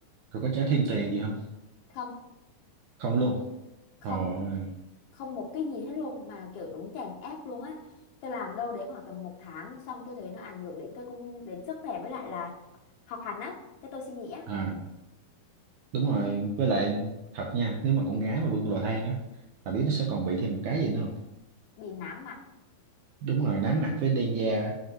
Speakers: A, on the right; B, on the left.
A: Rồi có trả thêm tiền gì không?
B: không
A: Không luôn.
B: không
A: Rồi,
B: không một cái gì hết luôn mà kiểu đúng chèn ép luôn á tôi làm đâu đấy khoảng tầm một tháng xong tôi thấy nó ảnh hưởng đến cái công đến sức khỏe với lại là học hành á cái tôi suy nghĩ á
A: à, đúng rồi. Với lại thật nha, nếu mà con gái mà bưng lò than á, bà biết nó sẽ còn bị thêm một cái gì nữa không?
B: bị nám mặt
A: Đúng rồi, nám mặt với đen da,